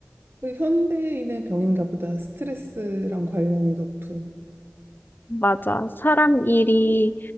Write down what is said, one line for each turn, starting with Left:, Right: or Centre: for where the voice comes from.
Right: 그 현대인의 병인가 보다. 스트레스랑 관련이 높은.
Left: 맞아. 사람 일이